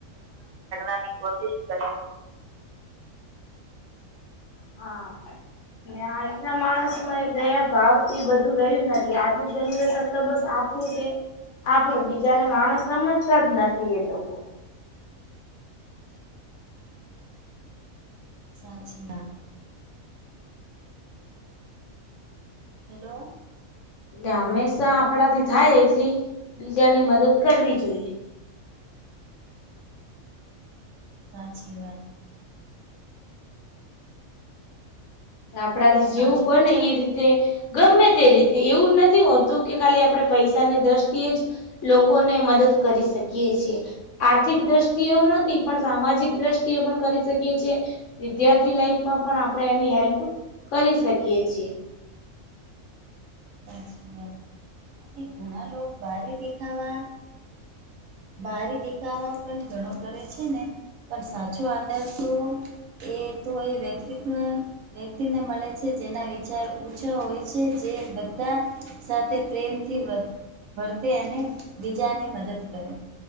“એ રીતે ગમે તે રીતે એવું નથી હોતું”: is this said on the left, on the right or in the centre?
Left